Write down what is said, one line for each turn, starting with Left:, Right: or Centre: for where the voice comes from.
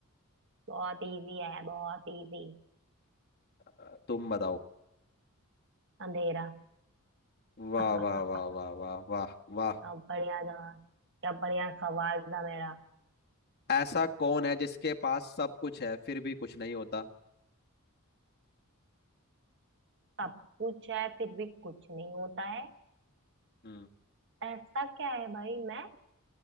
Right: बहुत इजी है बहुत इजी
Left: अ, तुम बताओ
Right: अंधेरा
Left: वाह
Right: <laughs>
Left: वाह वाह वाह वाह वाह वाह
Right: क्या बढ़िया जवाब क्या बढ़िया सवाल था मेरा
Left: ऐसा कौन है जिसके पास सब कुछ है फिर भी कुछ नहीं होता
Right: सब कुछ है फिर भी कुछ नहीं होता है
Left: हम्म
Right: ऐसा क्या है भाई मैं